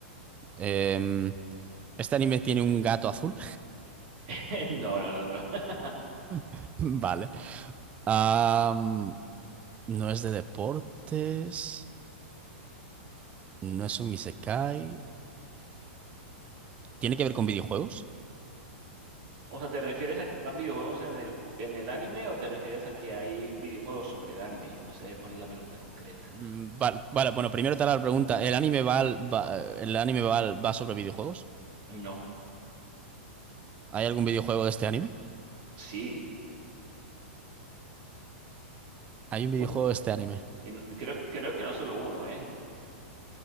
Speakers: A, on the right (about 20°); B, on the right (about 50°).
A: Em, Este anime tiene un gato azul.
B: <laughs> No, no, no, no. <laughs>
A: <laughs> Vale. Am, no es de deportes. No es un isekai. ¿Tiene que ver con videojuegos?
B: O sea, ¿te refieres a que van videojuegos en el, ju- en el anime o te refieres a que hay videojuegos sobre el anime? No sé cuál es la pregunta concreta.
A: Mm, Vale, vale, bueno, primero te haré la pregunta. ¿El anime va, al- va- el anime va, al- va sobre videojuegos?
B: No,
A: ¿Hay algún videojuego de este anime?
B: sí.
A: Hay un
B: Uy,
A: videojuego de este anime.
B: y no- creo, creo que no solo uno, ¿eh?